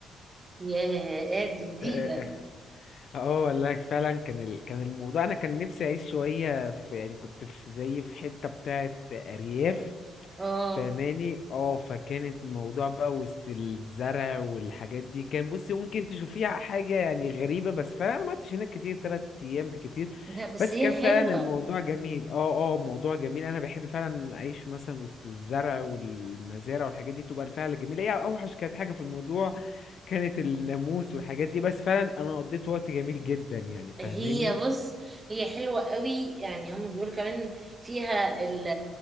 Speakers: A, on the right; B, on the left.
A: يا قد جديده
B: <laughs> اه آه. اه والله فعلا كان ال... كان الموضوع انا كان نفسي اعيش شويه في يعني كنت في زي في حته بتاعه ارياف
A: اه
B: فاهماني اه فكانت الموضوع بقى وسط الزرع والحاجات دي كان بصي ممكن تشوفيها حاجة يعني غريبة بس فعلا انا ما قعدتش هناك كتير تلات ايام بكتير
A: لا بس
B: بس
A: هي
B: كان
A: حلوه
B: فعلا الموضوع جميل اه اه موضوع جميل انا بحب فعلا اعيش مثلا وسط الزرع والمزارع والحاجات دي تبقى الفعل جميل هي اوحش كانت حاجة في الموضوع كانت الناموس والحاجات دي بس فعلا انا قضيت وقت جميل جدا يعني فاهماني
A: هي بص هي حلوة قوي يعني هم بيقولوا كمان فيها ال-